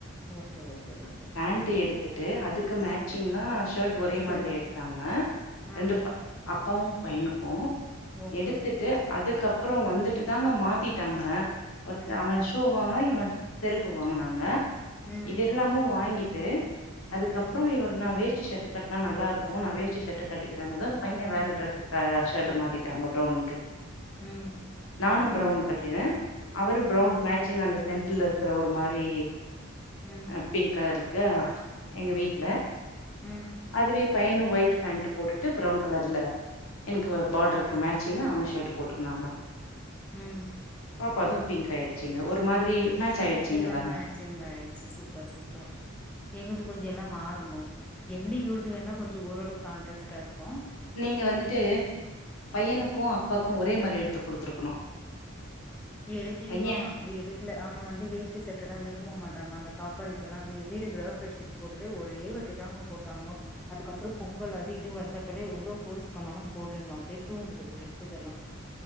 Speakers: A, in the centre; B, on the left.
A: ஓகே ஓகே ஓகே
B: ஃபேண்ட்டு
A: ம்
B: எடுத்துட்டு அதுக்கு மேச்சிங்கா
A: ம்
B: ஷர்ட் ஒரே
A: ஷர்ட்டு
B: மாதிரி எடுத் தாங்க
A: ம்
B: ரெண்டு அப்பாவும் பையனுக்கும்
A: ஓகே
B: எடுத்துட்டு அதுக்கப்புறம் வந்துட்டு தாங்க மாத்திட்டாங்க ஒருத்த
A: ம்
B: அவ
A: ம்
B: ஷீ வாங்குன இவே செருப்பு வாங்கனாங்க
A: ம்
B: இதயெல்லாமு வாங்கிட்டு அதுக்கப்புறம்
A: ம்
B: இவர்ரு நான் வேஸ்ட் ஷர்ட் கட் னா நல்லாருக்கும் நான் வேஷ்டி ஷர்ட் கட்டிக்கிறேனதும் பையன் வேற ட்ரெஸ் ஆ ஷேட்டா மாத்திட்டாங்க ப்ரௌன்னுக்கு
A: ம்
B: நானும் ப்ரௌவுன் கட்டிருரேன் அவரும் ப்ரௌவுனுகு மேச்சிங் அந்த சென்ட் ர்ல இருக்கிறவொரு மாரி
A: ம் ம்
B: ஆ பிங்க் காருக்கு எங்க வீட்ல்
A: ம்
B: அதுவே பையனும் ஒயிட் பேண்ட் போட்டுட்டு ப்ரௌவுன் கலர்ல எனக்கு ஒரு பாடருக்கு மேச்சிங்க அவன் ஷர்ட் போட்டுக்கினாங்க
A: ம்
B: பாப்பாவுதும் பிங்க் ஆயிடுச்சுங்க ஒரு மாதிரி மேட்ச் ஆயிடுச்சுங்க
A: எல்லாம்
B: எல்லாமே
A: மேச்சிங் ஆயிடுச்சு சூப்பர் சூப்பர் எங்களுது கொஞ்சம் எல்லாம் மறனு எந்த யுருட்டு வேண்ணா கொஞ்சம் ஓரளவுக்கு கான்ட்ரெஸ்ட்டா இருக்கும்
B: நீங்க வந்துட்டு பையனுக்கும் அப்பாக்கும் ஒரே மாரி எடுத்து கொடுத்துருக்கோ
A: எடுக்லிங்கோ
B: பைய
A: அப்டி எடுக்கல அவன் வந்து வேஸ்டி சட்ட தா விரும்ப மாட்டாங்கா அந்த காப்பர் இதெல்லாம் வீடு கிறகபிரவேஷத்துக்கு போட்டதே ஒரே வாட்டி தாங்க போட்டாங்கோ அதுக்கப்புறம் பொங்கல் அது இது வந்தப்பல்லாம் எவ்வளோ ஃபோர்ஸ் பண்ணாலும் போடலங்க அப்டியே தூங்குது அது இக்குது எல்லாம்